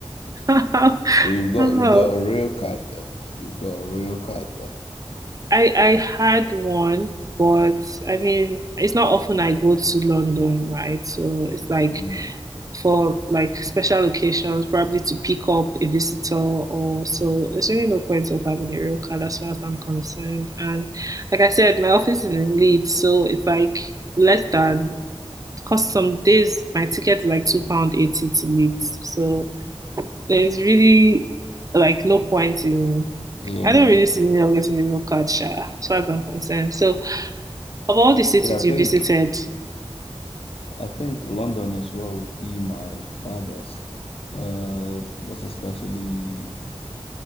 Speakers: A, on the right; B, on the left.
A: How?
B: you've got
A: How?
B: you've got a rail card then. You've got a rail card then.
A: I I had one, but I mean, it's not often I go to London, right? So it's like
B: Mm,
A: for like special occasions, probably to pick up a visitor or so. There's really no point of having a real card as far as I'm concerned. And like I said, my office is in Leeds, so it's like less than cost some days my ticket is like two pound eighty to Leeds. So there's really like no point in
B: Yeah.
A: I don't really see the need of getting a meal card, Sha, as far as I'm concerned. So, of all the cities
B: Yeah, I
A: you
B: think
A: visited,
B: I think London as well would be my farthest. Uh, most especially